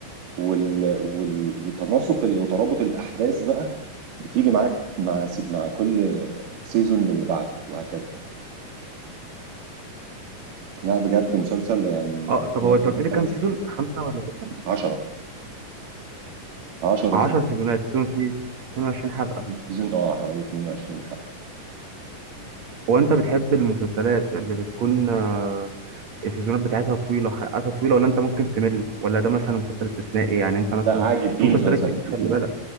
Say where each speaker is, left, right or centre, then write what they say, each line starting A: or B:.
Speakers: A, on the right; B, on the right.
A: وال... وال... وتناسق ال- وترابط الاحداث بقى بتيجي معاك مع سي- مع كل سيزون للي بعده وهكذا لا بجد مسلسل يعني
B: اه
A: لو
B: طب هو
A: اتفرجت
B: انت قلت لي كام
A: على
B: سيزون خمسه ولا سته
A: 10 10
B: 10
A: سيزون
B: سيزونات سيزون فيه 22 حلقه
A: سيزون اه حوالي 22 حلقة
B: هو انت بتحب المسلسلات اللي بتكون آه، السيزونات بتاعتها طويلة حلقاتها طويلة ولا انت ممكن تمل ولا ده مثلا مسلسل استثنائي يعني انت مثلا
A: لا عادي في
B: في مسلسلات
A: مسلسلات
B: كتير
A: كتير
B: خلي بالك